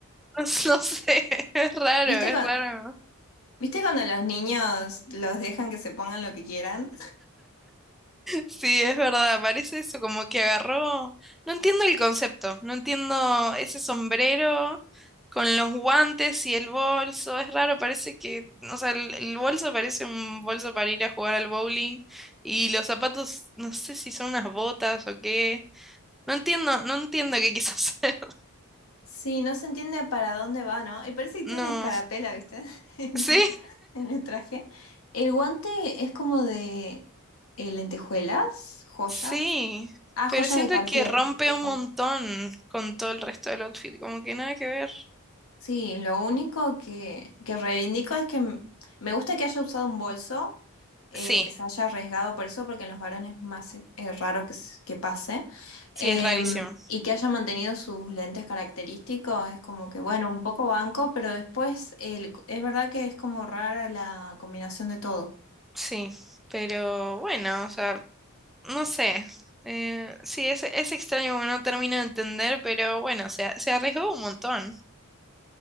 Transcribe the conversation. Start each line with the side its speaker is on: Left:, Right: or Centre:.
Centre: No sé, <laughs> es raro,
Left: ¿Viste,
Centre: es
Left: cu-
Centre: raro.
Left: ¿viste cuando los niños los dejan que se pongan lo que quieran?
Centre: Sí, es verdad, parece eso, como que agarró. No entiendo el concepto, no entiendo ese sombrero con los guantes y el bolso, es raro, parece que, o sea, el, el bolso parece un bolso para ir a jugar al bowling y los zapatos, no sé si son unas botas o qué. No entiendo, no entiendo qué quiso hacer. <laughs>
Left: Sí, no se entiende para dónde va, ¿no? Y parece que tiene
Centre: No,
Left: una escarapela, ¿viste? <laughs> En
Centre: sí,
Left: el, en el traje. El guante es como de eh, lentejuelas, joyas.
Centre: sí,
Left: Ah,
Centre: pero
Left: joya
Centre: siento
Left: de Cartier.
Centre: que rompe un
Left: Ok.
Centre: montón con todo el resto del outfit, como que nada que ver.
Left: Sí, lo único que, que reivindico es que m- me gusta que haya usado un bolso, eh,
Centre: Sí,
Left: que se haya arriesgado por eso, porque en los varones es más eh, eh, raro que, s- que pase, Em,
Centre: sí, es rarísimo. Mm,
Left: y que haya mantenido sus lentes característicos, es como que, bueno, un poco banco, pero después el- es verdad que es como rara la combinación de todo.
Centre: Sí, pero bueno, o sea, no sé. Eh, sí, es, es extraño porque no termino de entender, pero bueno, se, a- se arriesgó un montón.